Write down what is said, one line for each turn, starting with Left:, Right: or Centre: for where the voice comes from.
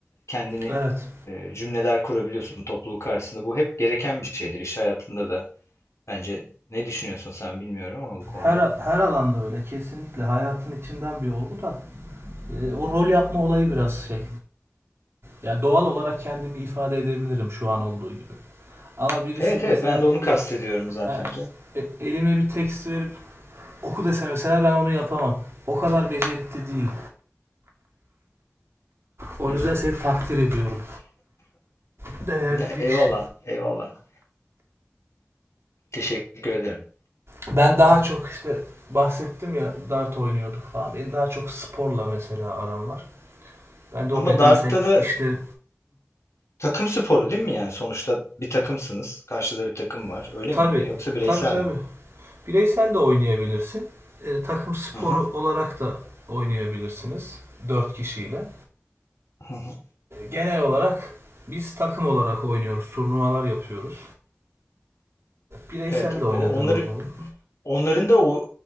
Left: kendini
Right: evet.
Left: e, cümleler kurabiliyorsun topluluk karşısında. Bu hep gereken bir şeydir iş hayatında da. Bence ne düşünüyorsun sen bilmiyorum ama bu konuda.
Right: Her her alanda öyle kesinlikle hayatın içinden bir olgu da e, o rol yapma olayı biraz şey Ya doğal olarak kendimi ifade edebilirim şu an olduğu gibi. Ama birisi
Left: Evet
Right: mesela
Left: evet ben de onu kastediyorum
Right: e,
Left: zaten
Right: ha,
Left: canım.
Right: e, elime bir tekst verip oku dese mesela ben onu yapamam. O kadar becerikli değil. O
Left: Hı
Right: yüzden
Left: hı.
Right: seni takdir ediyorum. Değerli
Left: Ne-
Right: bir
Left: Eyvallah
Right: iş.
Left: eyvallah. Teşekkür ederim.
Right: Ben daha çok işte bahsettim ya dart oynuyorduk falan. Benim daha çok sporla mesela aram var. Ben de o
Left: Ama
Right: bedensel
Left: Dart'ta da
Right: işleri
Left: takım sporu değil mi yani? Sonuçta bir takımsınız. Karşıda bir takım var.
Right: <laughs>
Left: Öyle
Right: tabi
Left: mi? Yoksa bireysel
Right: tabi tabi
Left: mi?
Right: bireysel de oynayabilirsin. E, takım sporu
Left: Hı hı.
Right: olarak da oynayabilirsiniz. 4 kişiyle.
Left: Hı hı.
Right: Genel olarak biz takım olarak oynuyoruz. Turnuvalar yapıyoruz. Bireysel
Left: Evet,
Right: de oynadığımız
Left: o- onları
Right: oluyor.
Left: Onların da o,